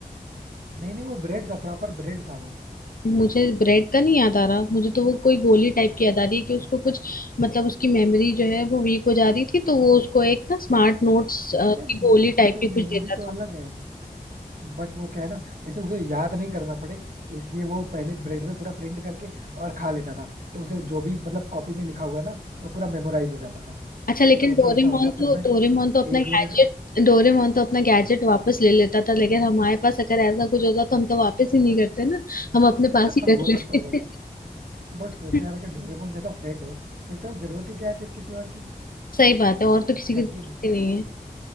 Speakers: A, on the right; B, on the left.
A: नहीं नहीं वो ब्रेड था प्रॉपर ब्रेड था वो
B: मुझे ब्रेड का नहीं याद आ रहा मुझे तो वो कोई गोली टाइप की याद आ रही है कि उसको कुछ मतलब उसकी मेमोरी जो है वो वीक हो जा रही थी तो वो उसको एक ना स्मार्ट नोट्स की
A: नहीं नहीं
B: गोली
A: वो
B: टाइप
A: तो
B: की कुछ
A: मेमोरी
B: देता था
A: तो अलग है बट वो क्या है ना जैसे उसे याद नहीं करना पड़े इसलिए वो पहले ब्रेड पे पूरा प्रिंट करके और खा लेता था तो उसे जो भी मतलब कॉपी में लिखा हुआ है ना वो पूरा मेमोराइज हो जाता था
B: अच्छा लेकिन
A: तो सोचो
B: डोरेमोन
A: ऐसा होता फिर
B: तो
A: मैं
B: डोरेमोन तो अपना
A: एक मिनट
B: गैजेट डोरेमोन तो अपना गैजेट वापस ले लेता था लेकिन हमारे पास अगर ऐसा कुछ होता तो हम तो वापस ही नहीं करते ना हम अपने
A: <laughs>
B: पास ही
A: वो
B: रख लेते
A: बात तो अलग है बट सोचो
B: <laughs>
A: यार अगर डोरेमोन जैसा फ्रेंड हो फिर तो जरूरत ही क्या है फिर किसी और की
B: सही बात है और तो किसी की
A: है
B: जरूरत
A: कि नहीं
B: ही नहीं है